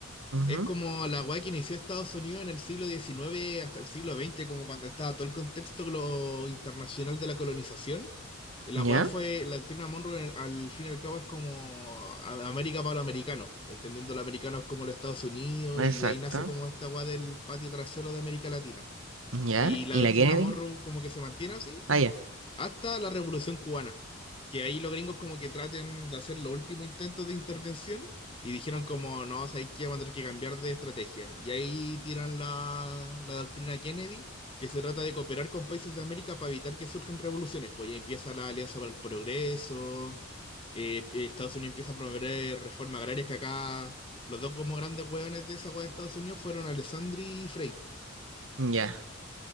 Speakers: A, on the right; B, on the left.
A: Ujú,
B: es como la weá que inició Estados Unidos en el siglo XIX hasta el siglo XX, como cuando estaba todo el contexto glo- internacional de la colonización. La
A: ¿Ya?
B: weá fue, la doctrina Monroe en- al fin y al cabo es como a- América para los americanos, entendiendo los americanos como los Estados Unidos y
A: Exacto,
B: de ahí nace como esta weá del patio trasero de América Latina.
A: ¿ya?
B: Y la
A: ¿Y
B: doctrina
A: la Kennedy?
B: Monroe como que se mantiene así
A: Ah, ya,
B: hasta la Revolución Cubana, que ahí los gringos como que traten de hacer los últimos intentos de intervención y dijeron como, no, sabéis que vamos a tener que cambiar de estrategia. Y ahí tiran la, la doctrina Kennedy, que se trata de cooperar con países de América para evitar que surjan revoluciones. Pues ya empieza la Alianza para el Progreso, eh, Estados Unidos empieza a promover reformas agrarias que acá... Los dos como grandes hueones de esa hueá de Estados Unidos fueron Alessandri y Frei
A: ujú, ¿Ya?